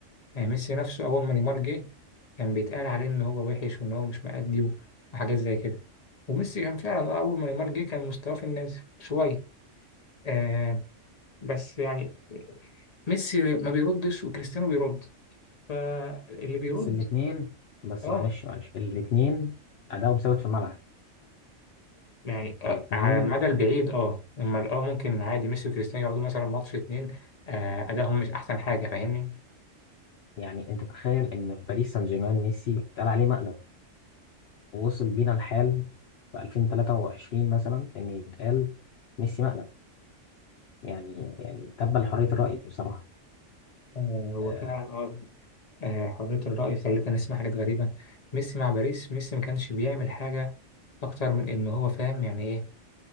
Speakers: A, on the left (about 35°); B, on the left (about 60°).
A: يعني ميسي نفسه اول ما نيمار جه كان بيتقال عليه ان هو وحش وان هو مش مأدي و- وحاجات زي كده وميسي كان فعلا آه، اول ما نيمار جه كان مستواه في النازل شويه آه بس يعني ميسي ما بيردش وكريستيانو بيرد فاللي بيرد
B: بس الاثنين بس
A: اه
B: معلش معلش الاثنين ادائهم ثابت في الملعب
A: يعني آه
B: الاثنين
A: على المدى البعيد اه امال اه ممكن عادي ميسي وكريستيانو يقعدوا مثلا ماتش اتنين آه ادائهم مش احسن حاجه فاهمني
B: يعني انت تخيل ان في باريس سان جيرمان ميسي اتقال عليه مقلب ووصل بينا الحال في 2023 مثلا ان يتقال ميسي مقلب يعني يعني تبا لحرية الرأي بصراحة
A: آه، هو
B: أه
A: فعلا اه آه، حرية الرأي خلتنا نسمع حاجات غريبة ميسي مع باريس ميسي ما كانش بيعمل حاجة أكتر من إن هو فاهم يعني إيه